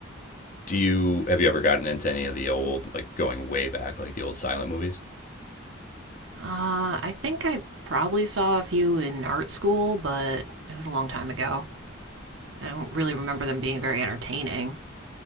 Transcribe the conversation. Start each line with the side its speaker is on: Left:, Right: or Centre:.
Left: Do you have you ever gotten into any of the old like going way back like the old silent movies?
Right: Uh, I think I probably saw a few in art school, but it was a long time ago. I don't really remember them being very entertaining.